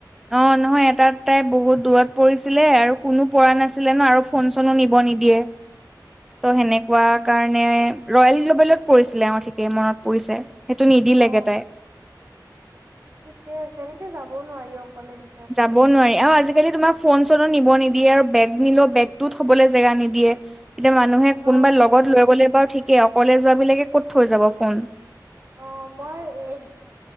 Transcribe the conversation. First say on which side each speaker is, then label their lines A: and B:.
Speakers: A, in the centre; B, on the right (about 35°).
A: অ নহয় এটাত তাই বহুত দূৰত পৰিছিলে আৰু কোনো পৰা নাছিলে ন আৰু ফোন চনো নিব নিদিয়ে
B: <inaudible>
A: ত' সেনেকুৱা কাৰণে ৰয়েল গ্লোবেলত পৰিছিলে অ ঠিকেই মনত পৰিছে সেইটো নিদিলেগে
B: অ
A: তাই
B: ঠিকে আছে এনেকে যাব নোৱাৰি অকলে দে
A: যাব নোৱাৰি আৰু আজি আজিকালি তোমাৰ ফ'ন চ'নো নিব নিদিয়ে আৰু বেগ নিলেও বেগটোও থবলৈ জেগা নিদিয়ে এতিয়া মানুহে
B: অ
A: কোনোবা লগত লৈ গ'লে বাৰু ঠিকেই অকলে যোৱাবিলাকে ক'ত থৈ যাব ফ'ন
B: অ মই এগ